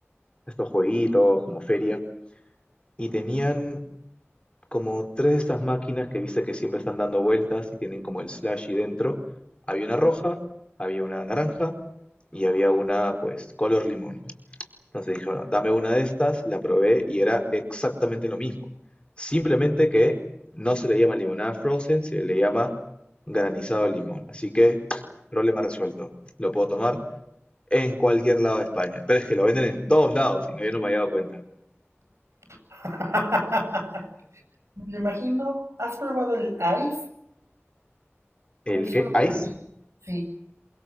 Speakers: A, on the left; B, on the right.
A: estos jueguitos como feria, y tenían como tres de estas máquinas que viste que siempre están dando vueltas y tienen como el slashy dentro. Había una roja, había una naranja y había una pues color limón. Entonces dije, bueno, dame una de estas, la probé y era exactamente lo mismo. Simplemente que no se le llama limonada frozen, se le llama granizado de limón. Así que, problema resuelto. Lo puedo tomar en cualquier lado de España. Pero es que lo venden en todos lados y no, yo no me había dado cuenta.
B: <laughs> Me lo imagino, ¿has probado el ice?
A: ¿El
B: Es
A: qué?
B: una bebida,
A: ¿Ice?
B: sí,